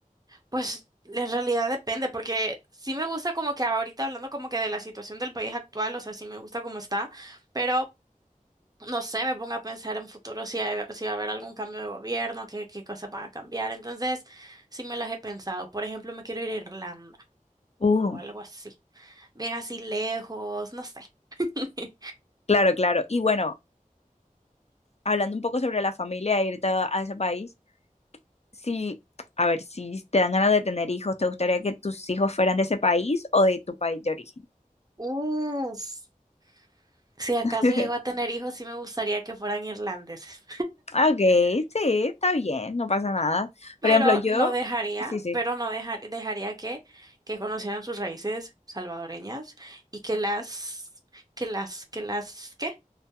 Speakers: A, on the right (about 25°); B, on the left (about 50°).
A: Pues en realidad depende, porque sí me gusta como que ahorita hablando como que de la situación del país actual, o sea, sí me gusta cómo está, pero no sé, me pongo a pensar en futuro si, hay- si va a haber algún cambio de gobierno, qué, qué cosas van a cambiar. Entonces, sí me las he pensado. Por ejemplo, me quiero ir a Irlanda
B: Uh,
A: o algo así. Bien así lejos, no sé. <laughs>
B: Claro, claro. Y bueno, hablando un poco sobre la familia, e irte a, a ese país, si, a ver, si te dan ganas de tener hijos, ¿te gustaría que tus hijos fueran de ese país o de tu país de origen?
A: Uf. Si acaso
B: <laughs>
A: llego a tener hijos, sí me gustaría que fueran irlandeses.
B: Ah, Ok, sí, está bien, no pasa nada.
A: pero
B: Por ejemplo, yo,
A: no dejaría,
B: sí, sí.
A: pero no dejar- dejaría que, que conocieran sus raíces salvadoreñas y que las, que las, que las, ¿qué?